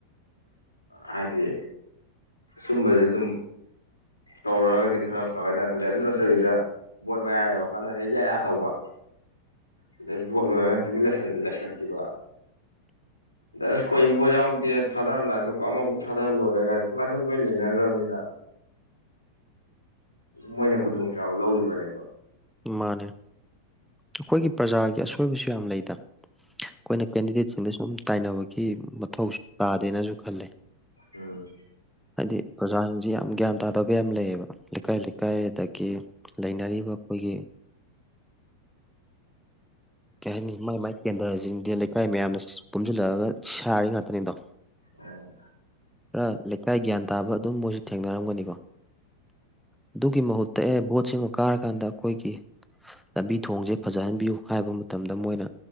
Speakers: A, on the left; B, in the centre.
A: ꯍꯥꯏꯗꯤ ꯁꯨꯝꯕꯁꯦ ꯑꯗꯨꯝ ꯇꯧꯔꯛꯑꯒꯗꯤ ꯈꯔ ꯐꯒꯗ꯭ꯔꯅ ꯈꯜꯂꯦ ꯑꯗꯨ ꯅꯠꯇꯕꯤꯗ ꯕꯣꯠ ꯃꯌꯥ ꯌꯧꯔꯀꯥꯟꯗ ꯍꯦꯛ ꯌꯥ ꯇꯧꯕ ꯑꯗꯩ ꯚꯣꯠ ꯂꯣꯏꯔꯒ ꯇꯨꯃꯤꯟꯅ ꯂꯩꯁꯟꯈꯤꯕ
B: <inaudible>
A: ꯑꯁ ꯈꯣꯏ ꯏꯕꯣ ꯌꯥꯎꯗꯦ ꯊꯥꯗꯔꯝꯗꯥꯏ ꯂꯨꯞ ꯑꯃꯀꯣꯛ ꯊꯥꯗꯔ ꯂꯨꯏꯔꯦ ꯁꯨꯃꯥꯏꯅ ꯁꯨꯝ ꯂꯣꯏꯅ ꯂꯩꯅꯈ꯭ꯔꯕꯅꯤꯅ ꯃꯣꯏꯅ ꯈꯨꯗꯣꯡꯆꯥꯥꯕ ꯂꯧꯈꯤꯕꯅꯦꯕ
B: ꯏꯃꯥꯅꯦ ꯑꯩꯈꯣꯏꯒꯤ ꯄ꯭ꯔꯖꯥꯒꯤ ꯑꯁꯣꯏꯕꯁꯨ ꯌꯥꯝ ꯂꯩꯗ ꯑꯩꯈꯣꯏꯅ ꯀꯦꯟꯗꯤꯗꯦꯠꯁꯤꯡꯗ ꯁꯨꯝ ꯇꯥꯏꯅꯕꯒꯤ ꯃꯊꯧꯁꯨ ꯇꯥꯗꯦꯅꯁꯨ ꯈꯜꯂꯦ
A: ꯎꯝ
B: ꯍꯥꯏꯗꯤ ꯄ꯭ꯔꯖꯥꯁꯤꯡꯁꯤ ꯌꯥꯝ ꯒ꯭ꯌꯥꯟ ꯇꯥꯗꯕ ꯌꯥꯝ ꯂꯩꯌꯦꯕ ꯂꯩꯀꯥꯏ ꯂꯩꯀꯥꯏ ꯑꯗꯒꯤ ꯂꯩꯅꯔꯤꯕ ꯑꯩꯈꯣꯏꯒꯤ ꯀꯩ ꯍꯥꯏꯅꯤ ꯃꯥꯏ ꯃꯥꯏ ꯀꯦꯟꯗ꯭ꯔꯁꯤꯡꯗꯤ ꯀꯥꯏ ꯃꯌꯥꯝꯅ ꯄꯨꯨꯝꯁꯤꯜꯂꯛꯑꯒ ꯁꯥꯔꯤ ꯉꯥꯛꯇꯅꯤꯗꯣ
A: ꯑꯣ
B: ꯈꯔ ꯂꯩꯀꯥꯏ ꯒ꯭ꯌꯥꯟ ꯇꯥꯕ ꯑꯗꯨꯝ ꯃꯣꯏꯁꯨ ꯊꯦꯡꯅꯔꯝꯒꯅꯤꯀꯣ ꯑꯗꯨꯒꯤ ꯃꯍꯨꯠꯇ ꯑꯦ ꯕꯣꯠꯁꯤꯃ ꯀꯥꯔꯀꯥꯟꯗ ꯑꯩꯈꯣꯏꯒꯤ ꯂꯝꯕꯤ ꯊꯣꯡꯁꯦ ꯐꯖꯍꯟꯕꯤꯌꯨ ꯍꯥꯏꯕ ꯃꯇꯝꯗ ꯃꯣꯏꯅ